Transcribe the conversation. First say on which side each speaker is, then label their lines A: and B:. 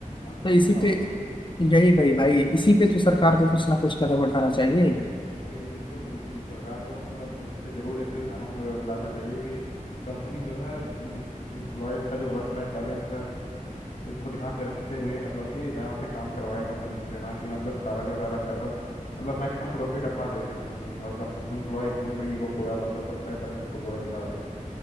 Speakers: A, on the left (about 70°); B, on the left (about 35°).
A: जानते
B: तो
A: हो
B: इसी
A: ना इस बात
B: पे
A: को
B: यही भाई भाई इसी पे तो सरकार को कुछ ना कुछ कदम उठाना चाहिए
A: वही बिल्कुल बिल्कुल सरकार को मतलब इस पे जरूर एक कोई कानून वगैरह लाना चाहिए कि कंपनी जो है एम्प्लॉयज का जो वर्क लाइफ बैलेंस है इसको ध्यान में रखते हुए मतलब कि यहाँ पे काम करवाए कंपनी से ना कि मतलब सारा का सारा पैसा मतलब मैक्सिमम प्रॉफिट अपना देखे कंपनी और एम्प्लॉय की जिंदगी को पूरा मतलब वर्क लाइफ बैलेंस को पूरा बिगाड़ दे